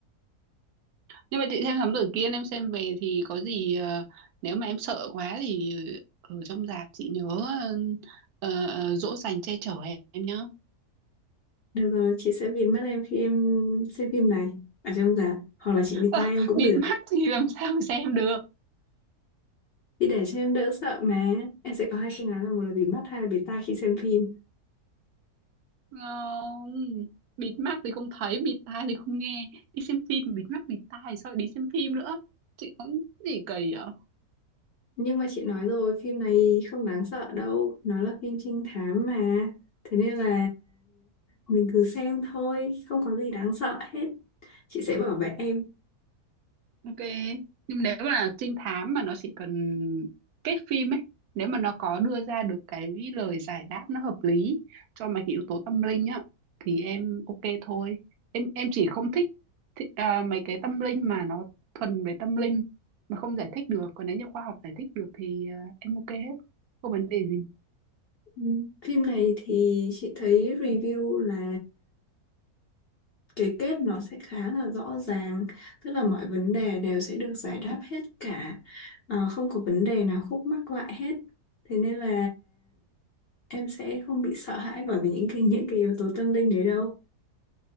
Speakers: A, on the right (about 70°); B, on the left (about 55°).
A: nhưng mà chị xem thám tử Kiên em xem về thì có gì ờ, nếu mà em sợ quá thì ở trong rạp chị nhớ ờ, ờ, dỗ dành che chở em, em nhá
B: Được rồi, chị sẽ bịt mắt em khi em xem phim này ở trong rạp, hoặc là chị bịt
A: Ờ,
B: tai em cũng
A: bịt
B: được.
A: mắt thì làm sao mà xem được
B: Chị để cho em đỡ sợ mà. Em sẽ có hai phương án là một là bịt mắt, hai là bịt tai khi xem phim.
A: Không, bịt mắt thì không thấy, bịt tai thì không nghe. Đi xem phim mà bịt mắt bịt tai thì sao lại đi xem phim nữa? Chị cũng gì kỳ vậy?
B: Nhưng mà chị nói rồi, phim này không đáng sợ đâu. Nó là phim trinh thám mà. Thế nên là mình cứ xem thôi, không có gì đáng sợ hết. Chị sẽ bảo vệ em.
A: Ok. Nhưng nếu mà trinh thám mà nó chỉ cần cái phim ấy, nếu mà nó có đưa ra được cái lời giải đáp nó hợp lý cho mấy cái yếu tố tâm linh á thì em ok thôi. Em em chỉ không thích, thi- à, mấy cái tâm linh mà nó thuần về tâm linh mà không giải thích được, còn nếu như khoa học giải thích được thì à, em ok hết. Không vấn đề gì.
B: Ừ. Phim này thì chị thấy review là cái kết nó sẽ khá là rõ ràng. Tức là mọi vấn đề đều sẽ được giải đáp hết cả. Ờ, không có vấn đề nào khúc mắc lại hết. Thế nên là em sẽ không bị sợ hãi bởi vì những cái những cái yếu tố tâm linh đấy đâu.